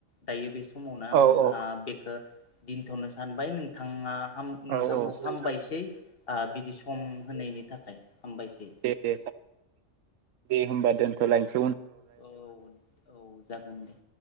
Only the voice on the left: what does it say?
दायो बे समावनो आं
ओ बेखो दोनथ'नो सानबाय नोंथाङा हाम नोंथांखौ
हामबायसै ओ बिदि सम होनायनि थाखाय हामबायसै
औ औ जागोन दे।